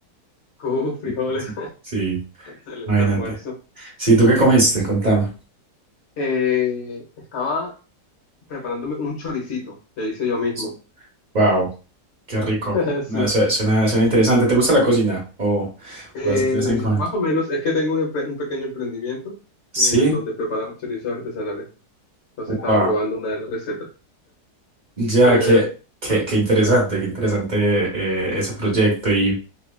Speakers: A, on the left; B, on the right.
A: Uh, frijoles.
B: <laughs> Sí,
A: <laughs>
B: sí,
A: Excelente
B: imagínate.
A: almuerzo.
B: Sí, ¿tú qué comiste? Contame.
A: Eh, estaba preparándome un choricito que hice yo mismo.
B: Eso. Wow, qué rico.
A: <laughs> Sí.
B: No, su- suena, suena interesante. ¿Te gusta la cocina? ¿O
A: Eh,
B: lo haces de vez en cuando?
A: más o menos es que tengo un, empre- un pequeño emprendimiento
B: Sí.
A: eh, en donde preparamos chorizos artesanales. Entonces
B: Wow.
A: estaba probando una de las recetas.
B: Ya,
A: Chévere,
B: qué, qué, qué interesante, qué interesante eh, ese proyecto y,